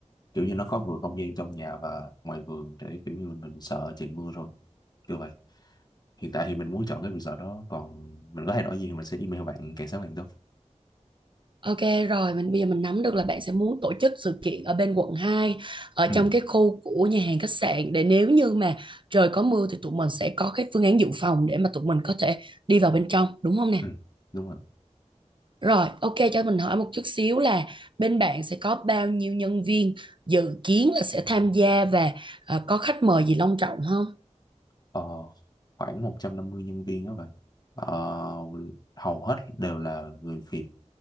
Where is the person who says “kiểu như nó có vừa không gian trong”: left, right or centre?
Left